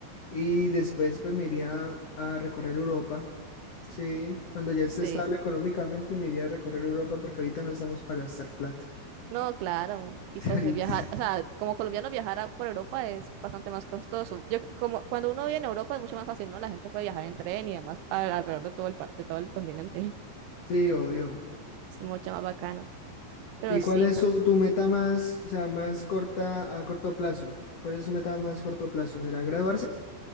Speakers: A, on the left (about 70°); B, on the right (about 80°).
A: Y después pues me iría a recorrer Europa. Sí, cuando ya esté
B: sí.
A: estable económicamente me iría a recorrer Europa porque ahorita no estamos para gastar plata.
B: No, claro.
A: <laughs>
B: Y pues
A: Ahorita-
B: viajar, o sea, como colombiano viajar a- por Europa es bastante más costoso. Yo, como cuando uno vive en Europa es mucho más fácil, ¿no? La gente puede viajar en tren y además a- alrededor de todo el, pa- de todo el continente. <laughs>
A: Sí, obvio.
B: Es mucho más bacano. Pero
A: ¿Y
B: sí,
A: cuál es
B: ta-
A: su- tu meta más, o sea, más corta a corto plazo? ¿Cuál es su meta más corto plazo? ¿Será graduarse?